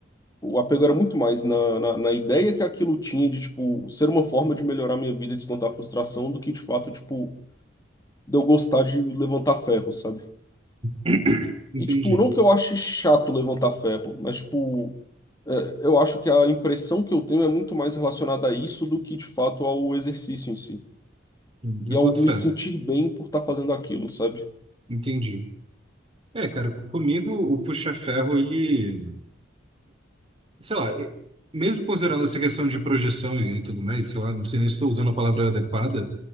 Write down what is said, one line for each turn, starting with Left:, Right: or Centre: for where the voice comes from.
Left: o apego era muito mais na, na, na ideia que aquilo tinha de, tipo, ser uma forma de melhorar minha vida e descontar a frustração do que, de fato, tipo, de eu gostar de levantar ferro, sabe?
Right: <coughs> <clears throat> Entendi.
Left: E, tipo, não que eu ache chato levantar ferro, mas, tipo, é, eu acho que a impressão que eu tenho é muito mais relacionada a isso do que, de fato, ao exercício em si.
Right: Hum, Eu
Left: E
Right: boto
Left: ao me
Right: fé.
Left: sentir bem por estar fazendo aquilo, sabe?
Right: Entendi. É, cara, comigo o puxa-ferro, ele. sei lá, e- mesmo considerando essa questão de projeção e tudo mais, sei lá, não sei nem se estou usando a palavra adequada,